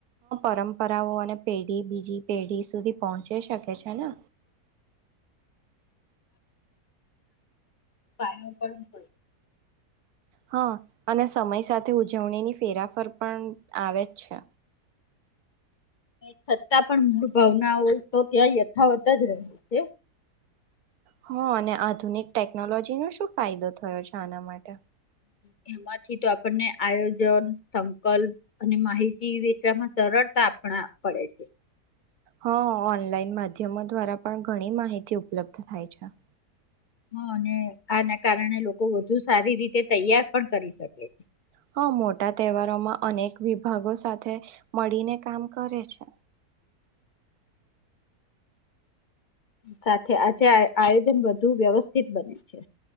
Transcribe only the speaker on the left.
પાયા <inaudible>
છતાં પણ મૂળ ભાવના હોય તો ત્યાં યથાવત જ રહે છે <inaudible>
હ એમાંથી તો આપણને આયોજન સંકલ્પ અને માહિતી વેચવામાં સરળતા આપણા પડે છે.
હ અને આના કારણે લોકો વધુ સારી રીતે તે તૈયાર પણ કરી શકે છે.
સાથે આજે આયોજન વધુ વ્યવસ્થિત બને છે.